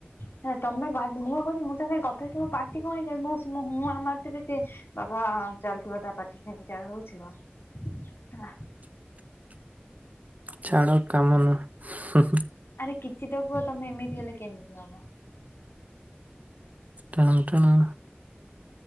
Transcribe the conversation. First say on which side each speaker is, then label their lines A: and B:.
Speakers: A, on the left; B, on the right.
A: ସେଆ ତମେ ଗବ୍ ମୁଁ ପା କୋଉଚି ମୁଁ ତା ସାଙ୍ଗରେ ଗପୁଥିବ ପା ପାଟି କଁ ହେଇଯାଉନି ମୋ ସୁଅଁ ହୁଁ ହାଁ ମାରିଥିବି ସେ ବାବା ଚାଲୁଥିବ ତା ପାଟି ସେମିତି ଚାଲୁଉ ଥିବ। <unintelligible>
B: ଛାଡ଼ କାମନୁଅଁ ହୁଁ ହୁଁ।
A: ଆରେ କିଛିତ କୁଅ ତମେ ଏମିତି ହେଲେ କେମିତି ହବ।
B: ଟାନ୍ ଟାଣା।